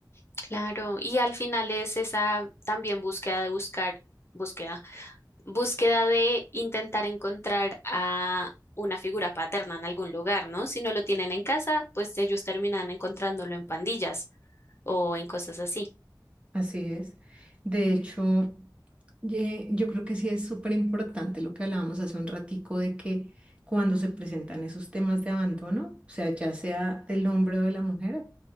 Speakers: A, on the left; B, on the right.
A: Claro, y al final es esa también búsqueda de buscar, búsqueda, búsqueda de intentar encontrar a una figura paterna en algún lugar, ¿no? Si no lo tienen en casa, pues ellos terminan encontrándolo en pandillas o en cosas así.
B: Así es. De hecho, ye- yo creo que sí es súper importante lo que hablábamos hace un ratico de que cuando se presentan esos temas de abandono, o sea, ya sea del hombre o de la mujer,